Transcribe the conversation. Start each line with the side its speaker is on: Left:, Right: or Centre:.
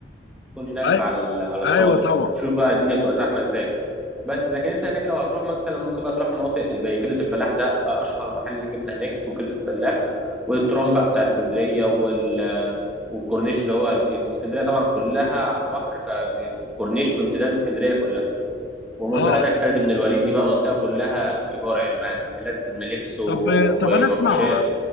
Centre: تكون هناك
Left: أي...
Centre: على ال- على الشاطئ
Left: ايوه طبعا
Centre: فبتشوف بقى الدنيا بتبقى زحمه ازاي بس لكن انت هناك لو هتروح مثلا ممكن بقى تروح مناطق زي كبده الفلاح ده آه، اشهر محل كبده هناك اسمه كبده الفلاح والترام بقى بتاع اسكندريه وال والكورنيش اللي هو ال- اسكندريه طبعا كلها على البحر فالكورنيش بامتداد اسكندريه كلها والمنطقه
Left: اه
Centre: هناك خالد بن الوليد دي بقى منطقه كلها تجاره يعني مع- محلات من لبس و-
Left: طب
Centre: ومفروشات
Left: طب انا اسمع